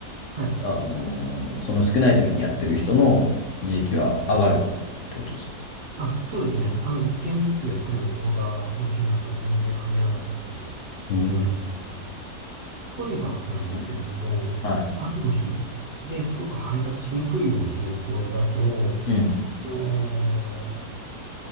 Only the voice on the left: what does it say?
あのーその少ない時にやってる人の時給は上がるってことですか
うん
うん。はい。
うん。